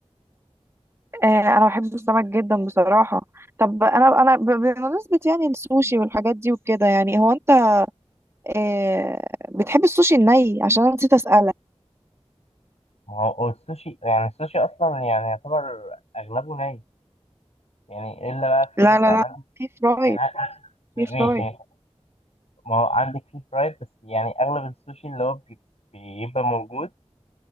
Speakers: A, on the right; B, on the left.
A: آه انا بحب السمك جدا بصراحه طب انا انا ب- بمناسبه يعني السوشي والحاجات دي وكده يعني هو انت آه بتحب السوشي الني عشان انا نسيت اسالك
B: ما هو هو السوشي يعني السوشي أصلا يعني يعتبر أغلبه ني يعني إلا بقى في
A: لا
B: مثلا
A: لا
B: عندك
A: لا في فرايد
B: يعني عندك- ماشي
A: في فرايد
B: يعني ما هو عندك فيه فرايد بس يعني أغلب السوشي اللي هو بي- بيبقى موجود